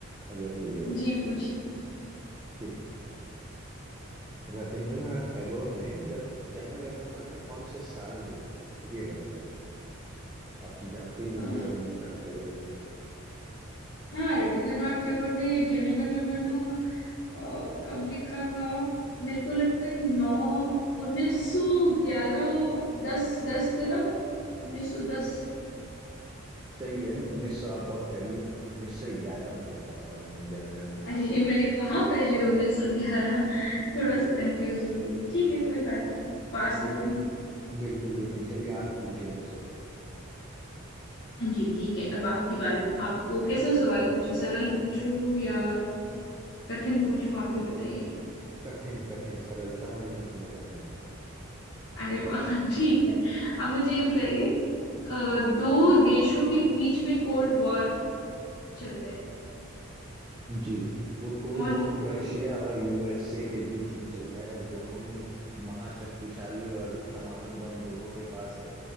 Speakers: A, on the right; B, on the left.
A: अगर बोलिएगा
B: जी
A: तो
B: पूछिए पूछिए
A: ठीक है रविंद्रनाथ टैगोर ने जब जन गण मन कौन से साल में लिखा था ये बताइए मुझे। आप तो जानते ही होंगे
B: अ,
A: रविंद्रनाथ टैगोर को
B: हाँ रविंद्रनाथ टैगोर ने जनगणमन अ, कब लिखा था मेरे को लगता है नौ उन्नीस सौ ग्यारह दस दस तरफ उन्नीस सौ दस
A: सही है ना उन्नीस सौ आप बहुत करीब है उन्नीस सौ ग्यारह में लिखा था उन्होंने जन गण
B: अरे
A: मन
B: ये मैंने कहा पहले उन्नीस सौ ग्यारह थोड़ा सा कंफ्यूज हो गई ठीक है कोई बात नहीं पास
A: चलिए
B: तो थी
A: बिल्कुल बिल्कुल चलिए आप पूछे मुझसे
B: जी ठीक है अब आपकी बारी आपको कैसा सवाल पूछूं सरल पूछूं या कठिन पूछूं आप ही बताइए
A: कठिन कठिन सरलता में मेरे को मजा नहीं आता
B: अरे वाह <laughs> ठीक है अब मुझे ये बताइए अ, दो देशों के बीच में कोल्ड वॉर चलता है
A: जी वो कोल्ड
B: कौन
A: वॉर
B: है वो
A: रशिया
B: दो दोस्त
A: और यूएसए के बीच में चलता है दोनों ही महाशक्तिशाली और परमाणु बम दोनों के पास है